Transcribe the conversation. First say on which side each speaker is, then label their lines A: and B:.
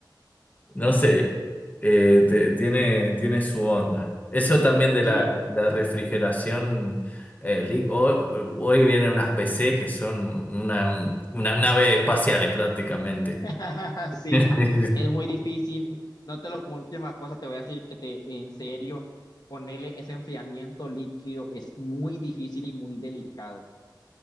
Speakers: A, on the left; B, on the left.
A: no sé, eh, te- tiene, tiene su onda. Eso también de la,
B: Sí,
A: la refrigeración. eh, li- ho- hoy vienen unas PC que son una, unas naves espaciales prácticamente.
B: <laughs> sí,
A: <laughs>
B: es muy difícil. No te lo, como última cosa, te voy a decir que te, en serio, ponerle ese enfriamiento líquido es muy difícil y muy delicado.